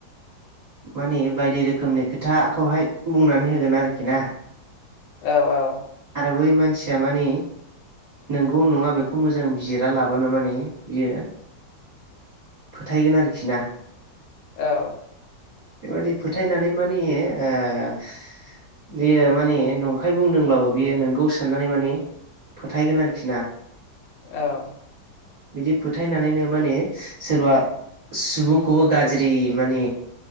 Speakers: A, on the right; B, on the left.
A: मानिे बायदि रोखोमनि खोथाखौहाय बुंनानै होगोन आरोखि ना।
B: औ औ।
A: आरो बै मानसिया माने। नंगौ नङा बेखौ मोजां बिजिरा लाबोनो माने बियो। फोथायगोन आरोखि ना।
B: औ।
A: बेबायदि फोथायनानै मानो ओ। बेयो माने नंखाय बुंदोंब्लाबो बेयो नोंगौ साननानै माने। फोथायगोन आरोखि ना।
B: औ।
A: बिदि फोथायनानैनो माने सोरबा। सुबुंखौबो गाज्रि माने